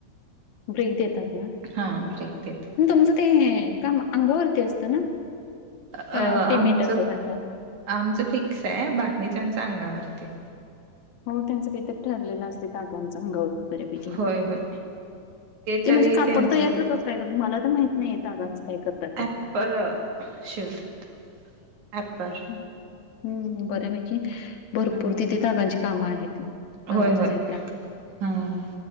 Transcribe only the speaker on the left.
ब्रेक देतात ना आणि
तुमचं ते काम अंगावरती असतं ना,
का
पेमेंट असतो त्याचा
हो त्यांचं काय ठरलेलं असते त तागाचं बऱ्यापैकी
ते
म्हणजे कापड
तयार करतात मला तर माहित नाहीेत तागांचं काय करतात ते
हम्म बऱ्यापैकी भरपूर
तीथं तागाची कामं आहेत. तागाच्या
साईडला